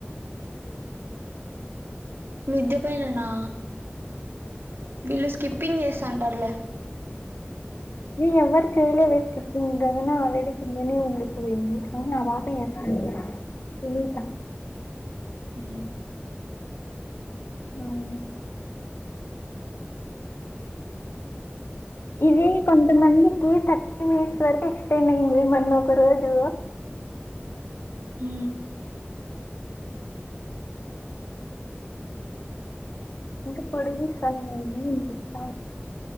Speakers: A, on the right; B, on the left.
A: మిద్దె పైన నా. వీళ్ళు స్కిప్పింగ్ చేస్తంటారులే.
B: ఏ ఎవవారు చేయలేదా స్కిప్పింగ్ అయినా ఆల్రెడి కొందనే ఉండిపోయింది అవు నా పాప. సునీత.
A: ఊ.
B: ఆవు. ఇవి కొంతమందికి థర్టీ మినిట్స్ వరకు ఎక్స్టెండ్ అయింది మన్న ఒక రోజు.
A: అ.
B: ఇంకా పొడిగిస్తా నేనే వినిపిస్తా.